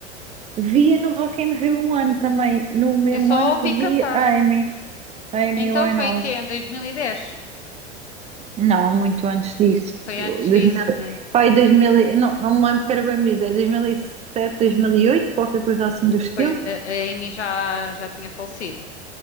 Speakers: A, on the right; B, on the left.
A: Via no Rock in Rio um ano também, no mesmo
B: Eu só a
A: ano
B: ouvi
A: que vi
B: cantar.
A: a Amy, a Amy
B: Então
A: Winehouse.
B: foi em quê? Em 2010.
A: Não, muito antes disso.
B: Foi
A: dois
B: antes disso,
A: mil
B: né?
A: pai, 2000, e- não, não me lembro que era bem miúda, é dois dois mil mil e sete dois mil e oito qualquer coisa assim do
B: Depois
A: estilo.
B: a, a Amy já, já tinha falecido